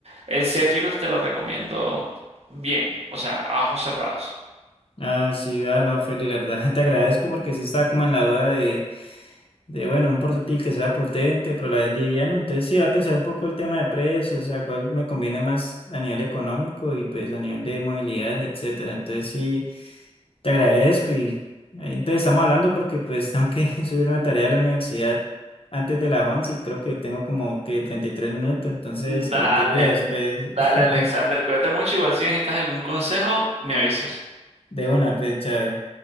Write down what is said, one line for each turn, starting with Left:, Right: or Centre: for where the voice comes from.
Right: el Zephyrus te lo recomiendo bien, o sea, a ojos cerrados.
Left: Ah, sí, ah, no, Feli, la verdad <laughs> te agradezco porque sí estaba como en la duda de, de, bueno, un portátil que sea potente, pero a la vez liviano. Entonces sí, voy a pensar un poco el tema de precio, o sea, cuál me conviene más a nivel económico y pues a nivel de movilidad, etcétera. Entonces sí, te agradezco y ahí entonces estamos hablando porque pues tengo que <laughs> subir una tarea a la universidad antes de las once y creo que tengo como que 33 minutos. Entonces
Right: Dale,
Left: eh, te cuidas, pues,
Right: dale Alexander,
Left: <laughs>
Right: cuídate mucho, igual si necesitas algún consejo, me avisas.
Left: de una, pues, chao.